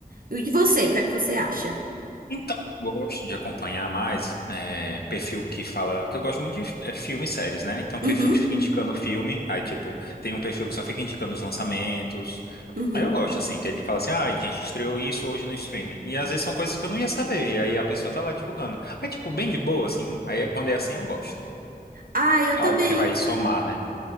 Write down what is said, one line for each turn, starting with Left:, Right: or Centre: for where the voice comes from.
Right: E você,
Left: Sim.
Right: o que é que você acha?
Left: Então, eu gosto de acompanhar mais é, perfil que fala. Que eu gosto muito de é, filme e séries, né? Então, perfil
Right: Uhum,
Left: que fica indicando filme. Aí, tipo, tem um perfil que só fica indicando os lançamentos.
Right: uhum.
Left: Aí eu gosto, assim, que ele fala assim, ah, a gente estreou isso hoje no streaming. E às vezes são coisas que eu não ia saber, e aí a pessoa tá lá divulgando. Aí, tipo, bem de boa, assim, aí é- quando é assim eu gosto.
Right: Ah, eu também.
Left: Algo que vai somar, né?